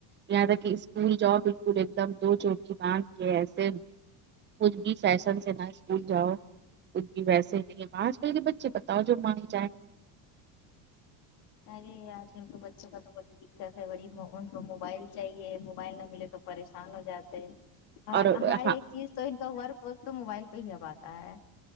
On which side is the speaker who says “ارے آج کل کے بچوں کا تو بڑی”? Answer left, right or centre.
Left